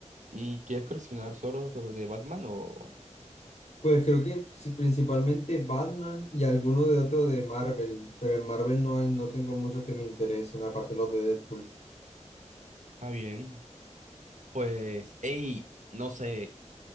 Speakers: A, on the right (about 85°); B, on the left (about 65°).
A: ¿Y quieres coleccionar solo los de Batman o...?
B: Pues creo que sí, principalmente Batman y alguno de otro de Marvel, pero en Marvel no, es- no tengo muchos que me interesen, aparte los de Deadpool.
A: Ah, bien. Pues, hey, no sé,